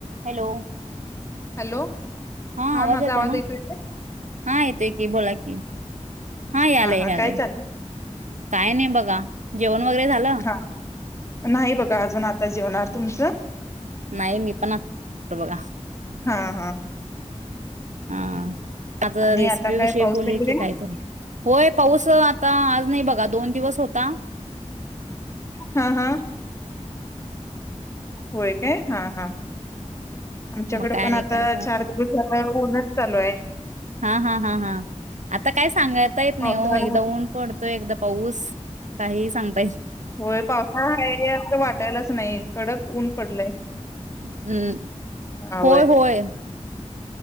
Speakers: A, on the right; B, on the left.
A: Hello
B: hello
A: हा आवाज
B: माझा
A: येत आहे ना
B: ऐकू येतोय
A: हा येतोय की बोला कि यायलय-यायलय.
B: हा हा काय चालू
A: काय नाही बघा जेवण वगैरे झालं
B: हा नाही बघा अजून, आता जेवणार तुमचं.
A: नाही मी पण बघा
B: हा-हा,
A: हा, आता
B: आणि
A: रेसिपी
B: काय
A: विषयी
B: पाऊस
A: बोले
B: वगैरे
A: की कायतरी होय पाऊस आता आज नाही बघा दोन दिवस होत ता,
B: हा-हा होय काय, हा हा आमच्याकडे
A: मग काय
B: पण
A: नाही
B: आता
A: काय
B: चार दिवस झालं ऊनच चालू आहे,
A: हा-हा-हा-हा आता काय सांगाता येत नाही
B: पावसाळा
A: हो एकदा ऊन पडतोय एकदा पाऊस काही सांगताय,
B: होय पावसा आहे असं वाटत टायलाच नाही कडक ऊन पडलंय,
A: हम्म
B: हा होय
A: होय-होय.